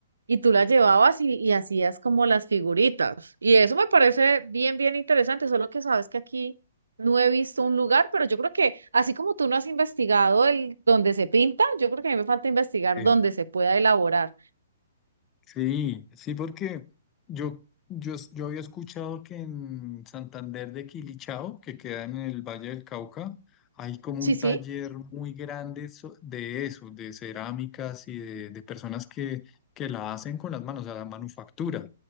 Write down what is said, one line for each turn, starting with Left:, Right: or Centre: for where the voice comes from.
Right: y tú la llevabas y, y hacías como las figuritas. Y eso me parece bien, bien interesante, solo que sabes que aquí no he visto un lugar, pero yo creo que así como tú no has investigado el donde se pinta, yo creo que a mí me falta investigar
Left: Eh,
Right: dónde se pueda elaborar.
Left: Sí, sí, porque yo, yo, yo había escuchado que en Santander de Quilichao, que queda en el Valle del Cauca, hay como
Right: Sí,
Left: un
Right: sí.
Left: taller muy grande so- de eso, de cerámicas y de, de personas que, que la hacen con las manos, o sea, la manufactura.